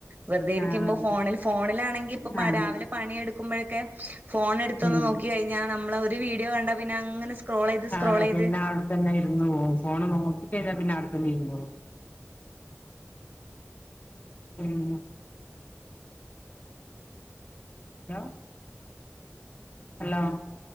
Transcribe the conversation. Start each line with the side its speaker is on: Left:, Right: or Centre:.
Right: വെറുതെ ഇരിക്കുമ്പോ
Left: ആഹ്
Right: ഫോണിൽ ഫോണിലാണെങ്കി ഇപ്പൊ പ്പ
Left: അതെ
Right: രാവിലെ പണിയെടുക്കുമ്പോളൊക്കെ ഫോൺ എടുത്തൊന്ന്
Left: ഉം
Right: നോക്കി കഴിഞ്ഞാ നമ്മള് <unintelligible> വീഡിയോ കണ്ടാ പിന്നെ അങ്ങനെ സ്ക്രോൾ ചെയ്ത് സ്ക്രോൾ
Left: അതെ
Right: ചെയ്ത്
Left: പിന്നെ അവിടെത്തന്നെ ഇരുന്ന് പോവും ഫോണ് നോ ചെയ്ത പിന്നെ അവിടെ തന്നെ ഇരുന്നോളും മ് ഹലോ ഹലോ